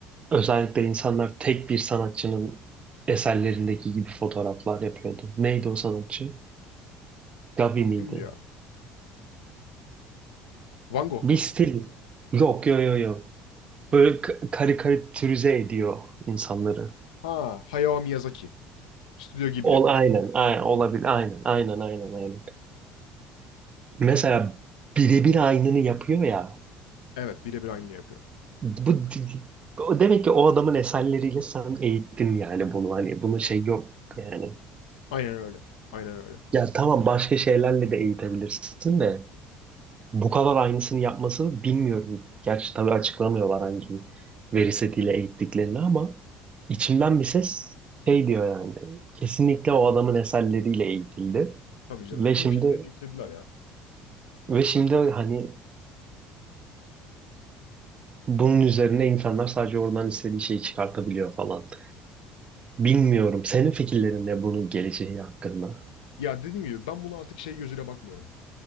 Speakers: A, on the right; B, on the left.
A: Özellikle insanlar tek bir sanatçının eserlerindeki gibi fotoğraflar yapıyordu. Neydi o sanatçı? Gabi miydi?
B: Kimdi ya? Van Gogh mu?
A: Bir stil. Yok yo yo yo. Böyle k- karikatürize ediyor insanları.
B: Ha, Hayao Miyazaki. Stüdyo Ghibli.
A: Ol aynen, aynen olabilir aynen aynen aynen aynen. Mesela birebir aynını yapıyor ya.
B: Evet, birebir aynı yapıyor.
A: Bu d- d- o demek ki o adamın eserleriyle sen eğittin yani bunu hani bunun şey yok yani.
B: Aynen öyle. Aynen öyle.
A: Ya tamam başka şeylerle de eğitebilirsin de. Bu kadar aynısını yapması bilmiyorum. Gerçi tabii açıklamıyorlar hangi veri setiyle eğittiklerini ama içimden bir ses şey diyor yani. Kesinlikle o adamın eserleriyle eğitildi.
B: Tabii canım.
A: Ve
B: Tüm
A: şimdi
B: filmlerini yüklediler ya.
A: ve şimdi hani bunun üzerine insanlar sadece oradan istediği şeyi çıkartabiliyor falan. Bilmiyorum. Senin fikirlerin ne bunun geleceği hakkında?
B: Ya dediğim gibi ben bunu artık şey gözüyle bakmıyorum.